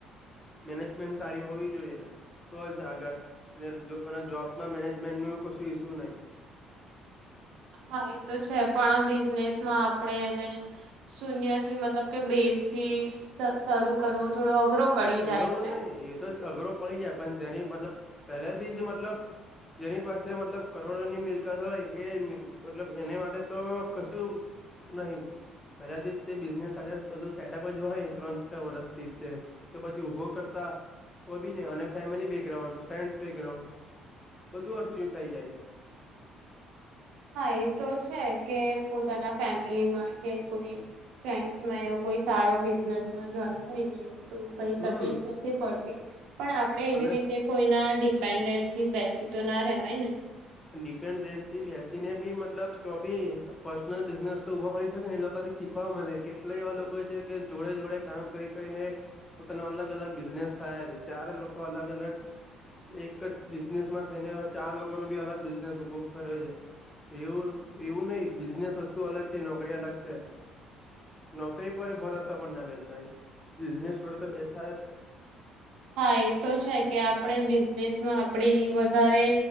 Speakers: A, on the left; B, on the right.
A: મેનેજમેન્ટ સારી હોવી જોઈએ. તો જ આગળ અને જોબમાં મેનેજમેન્ટ ન કશું ઈસ્યુ નહી.
B: હા એ તો છે પણ બિઝનેસ માં આપણેે એને શૂન્ય થી મતલબ કે બેઝ થી શરૂ કરવો થોડો અઘરો પડી જાય
A: એવું
B: છે
A: નહીં એતો જ અઘરો પડી જાય પણ જેની મતલબ પહેલાથી જ મતલબ જેની પાસે મતલબ કરોડોની મિલકત હોય એ મ મતલબ એને માટે તો કશું નહી કદાથી તે બિઝનેસ સા બધું સેટઅપ જ હોય ત્રણ ચ વર્ષથી તે તો પછી ઉભો કરતા હો બીને અને ફેમિલી બેકગ્રાઉન્ડ ફ્રેન્ડ્સ બેગાઉન્ડ બધું અડચયું થઈ જાય.
B: હા એ તો છે કે પોતાના ફેમિલીમાં કે કોઈ ફ્રેન્ડ્સમાં એવો કોઈ સારો બિઝનેસમાં જોઈન થઈ જઈએ. તો કઈ
A: હમ
B: તકલીફ નથી પડતી પણ આપણેે
A: અને
B: એવી રીતે કોઈના ડિપેન્ડેન્ટ થી બેસી તો ના રહેવાય ને.
A: ડિપેન્ડ રેન્ટ થી બેસીને બી મતલબ તો બી પર્સનલ બિઝનેસ તો ઉભો કરી શકે ને એ લોકોથી સી શીખવા મળે કેટલા એવા લોકો છે કે જોડે જોડે કામ કરી કરીને પોતાનો અલગ અલગ બિઝનેસ થયા છે ચાર લોકો અલગ અલગ એક જ બિઝનેસ માં થઈને એવા ચાર લોકોનો બી અલગ બિઝનેસ ઉભો કર્યો છે. એવું એવું નહિ બિઝનેસ વસ્તુ અલગ છે નોકરી અલગ છે. નોકરી પર ભરોસા પણ ના બેશાય બિઝનેસ પર તો બેશાયજ ને.
B: હા એ તો છે કે આપણે બિઝનેસમાં આપડી વધારે